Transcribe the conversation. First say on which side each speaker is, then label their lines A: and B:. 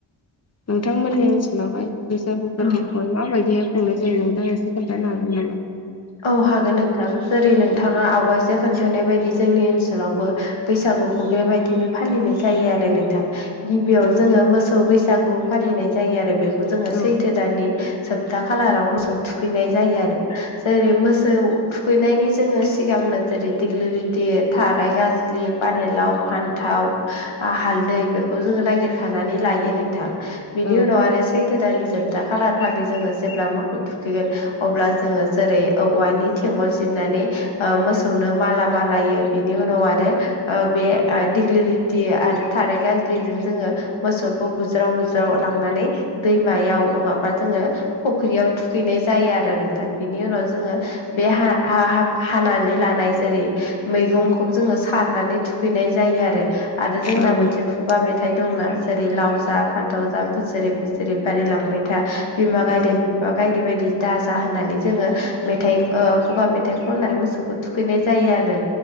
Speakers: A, on the left (about 35°); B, on the left (about 85°).
A: नोंथांमोननि ओनसोलावहाय बैसागु फोरबो
B: औ
A: माबायदिहाय खुंनाय जायो नोंथाङा एसे खोन्थानो हागोन नामा
B: औ हागोन नोंथां जेरै नोंथांङा
A: औ
B: आवगायसो खोन्थानाय बायदि जोंनि ओनसोलावबो बैसागुखौ बेबायदिनो फालिनाय जायो आरो नोंथां गिबियाव
A: औ
B: जोंङो मोसौ बैसागु फालिनाय जायो आरो बेखौ जोंङो
A: औ
B: सैथो दानि जोबथा खालाराव मोसौ थुखैनाय जायो आरो जेरै मोसौ थुखैनायनि जोङो सिगांनो जेरै दिगलि लिथि थाराइ गाज्लि पानिलाव फान्थाव ओ हालदै बेखौ जोङो नागिरखानानै लायो नोंथां बिनि
A: औ
B: उनाव आरो सैथो दाननि जोबथा खालार खालि जोङो जेब्ला मोखौ थुखैगोन अब्ला जोङो जेरै औवानि थेंवल जिरनानै ओ मोसौनो माला बानायो बिनि उनाव आरो ओ बे दिग्लि‌ लिथि दि आरो थाराय गाज्लिजों जोङो मोसौखौ बुज्राव बुज्राव लांनानै दैमायाव नङाबा जोङो फुख्रियाव थुखैनाय जायो आरो नोंथां बिनि उनाव जोङो बे हा हा हानानै लानाय जेरै मैगंखौ जोङो सारनानै थुखैनाय जायो आरो आरो जोंना
A: औ
B: मोनसे
A: नंगौ
B: खुगा मेथाइ मिथाइ दंना जेरै लाव जा फान्थाव जा बोसोरै बोसोरै बारिलांबाय था बिमा गायदे
A: औ
B: बायदि बायदि दा जा होननानै जोङो मेथाइ खुगा मेथाइ खननाय मोसौखौ थुखैनाय जायो आरो